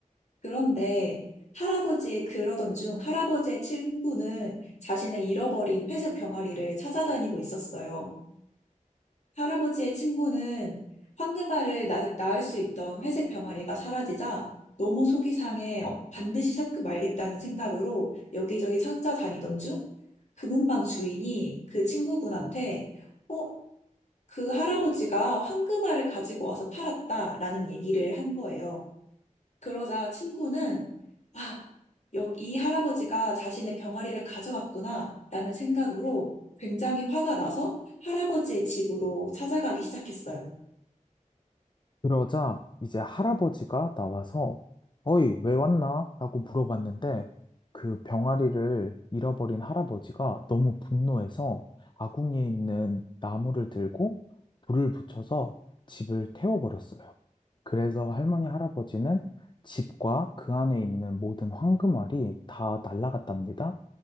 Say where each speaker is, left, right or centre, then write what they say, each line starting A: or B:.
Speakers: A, on the left (about 60°); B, on the left (about 35°).
A: 그런데 할아버지의 그러던 중 할아버지의 친구는 자신의 잃어버린 회색 병아리를 찾아다니고 있었어요. 할아버지의 친구는 황금알을 낳, 낳을 수 있던 회색 병아리가 사라지자 너무 속이 상해 어, 반드시 찾고 말겠다는 생각으로 여기저기 찾아다니던 중 금은방 주인이 그 친구분한테 어, 그 할아버지가 황금알을 가지고 와서 팔았다라는 얘기를 한 거예요. 그러자 친구는 아, 여기 이 할아버지가 자신의 병아리를 가져갔구나 라는 생각으로 굉장히 화가 나서 할아버지의 집으로 찾아가기 시작했어요.
B: 그러자 이제 할아버지가 나와서 어이, 왜 왔나? 라고 물어봤는데 그 병아리를 잃어버린 할아버지가 너무 분노해서 아궁이에 있는 나무를 들고 불을 붙여서 집을 태워버렸어요. 그래서 할머니, 할아버지는 집과 그 안에 있는 모든 황금알이 다 날아갔답니다.